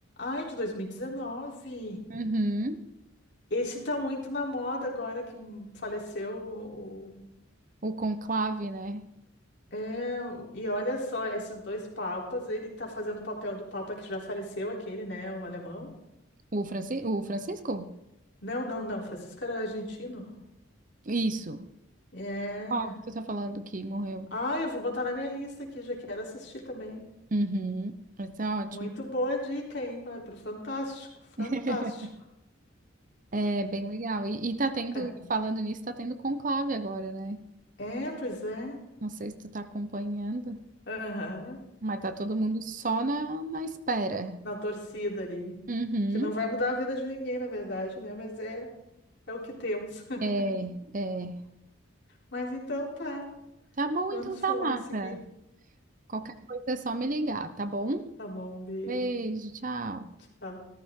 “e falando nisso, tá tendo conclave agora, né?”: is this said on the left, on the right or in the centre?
Right